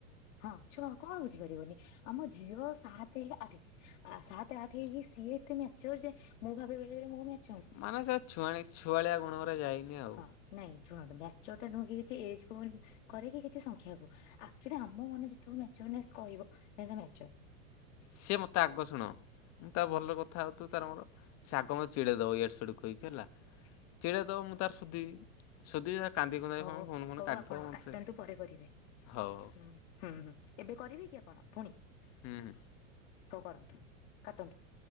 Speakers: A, on the left (about 65°); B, on the left (about 40°).
A: ହଁ ଛଅ କଣ ବୁଝିପାରିବନି ଆମ ଝିଅ ସାତ ଆଠ ଆଉ ସାତ ଆଠ ହେଇକି ସିଏ ଏତେ ମ୍ୟାଚର ଯେ ମୁଁ ଭାବେ ବେଳେବେଳେ ମୋ ମଚ
B: ମାନେ ସେ ଛୁଆ ଛୁଆଳିଆ ଗୁଣଗୁରା ଯାଇନି ଆଉ।
A: ହଁ ନାଇଁ ଶୁଣନ୍ତୁ ମ୍ୟାଚୁଅର ଟା ନୁହେଁ କିଛି ଏଜକୁ କରେ କି କିଛି ସଂଖ୍ୟା କୁ ଆକଚୁଏଲି ଆମ ମନ ଯେତେବେଳେ ମ୍ୟାଚୁଅରନେସ କହିବ ସେଟା ମ୍ୟାଚୁଅର।
B: ସିଏ ମୋତେ ଆଗ ଶୁଣ ମୁ ତା
A: ହଁ
B: ଭଲ କଥା ହେଉଥିବୁ ତାର ମୋର ସେ ଆଗ ମେ ଚିଡ଼େଇ ଦେବ ଇଆଡୁ ସିଆଡୁ କହିକି। ହେଲା ଚିଡ଼େଇ ଦବ ମୁ ତାର ସୁୁଧିବି। ସୁଦିବି କାନ୍ଦି କୁନ୍ଦେଇ
A: ହଉ
B: କଣ ଘୁନ ଫୁନ
A: ହଉ
B: କାଟିିଦବ
A: ଆପଣ
B: ମତେ
A: କାଟନ୍ତୁ ପରେ କରିବେ
B: ହଉ ହଉ।
A: ହୁଁ ହୁଁ ହୁଁ ଏବେ କରିବେ କି ଆପଣ ପୁଣି।
B: ହୁଁ ହୁଁ।
A: ହଉ କରନ୍ତୁ କାଟନ୍ତୁ।